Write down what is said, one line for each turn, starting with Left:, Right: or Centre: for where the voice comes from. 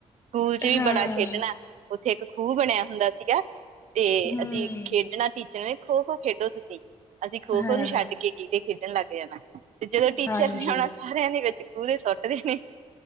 Right: ਸਕੂਲ ਚ ਵੀ
Left: ਹਾਂ
Right: ਬੜਾ ਖੇਡਣਾ ਉੱਥੇ ਇੱਕ ਖੂਹ ਬਣਿਆ ਹੁੰਦਾ ਸੀਗਾ, ਤੇ
Left: ਹਮ
Right: ਅਸੀਂ ਖੇਡਣਾ ਟੀਚਣ ਖੋ -ਖੋ ਖੇਡੋ ਤੁਸੀਂ, ਅਸੀਂ ਖੋ-
Left: ਹਾਂ
Right: ਖੋ ਨੂੰ ਛੱਡ ਕੇ, ਗੀਟੇ ਖੇਡਣ ਲੱਗ ਜਾਣਾ ਤੇ ਜਦੋਂ ਟੀਚਰ
Left: ਹਾਂਜੀ
Right: ਨੇ ਆਉਣਾ ਸਾਰਿਆਂ ਨੇ ਖੂਹ ਵਿੱਚ ਸੁੱਟਦੇ ਨੇ